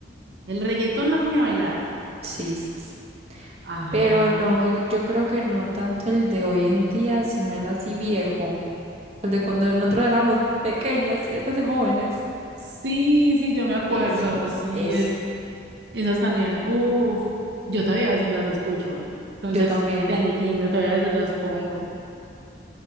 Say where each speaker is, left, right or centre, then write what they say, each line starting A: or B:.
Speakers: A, on the right; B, on the right.
A: El reggaetón la pone a bailar.
B: sisas.
A: Ay.
B: Pero no el, yo creo que no tanto el de hoy en día, sino el así viejo, el de cuando nosotros éramos pequeñas, eh, pues jóvenes.
A: Sí, sí, yo me acuerdo,
B: Ese,
A: sí,
B: ese.
A: es, esas canciones, uff, yo todavía a veces las escucho, entonces
B: Yo también,
A: te entiendo, todavía a veces las pongo.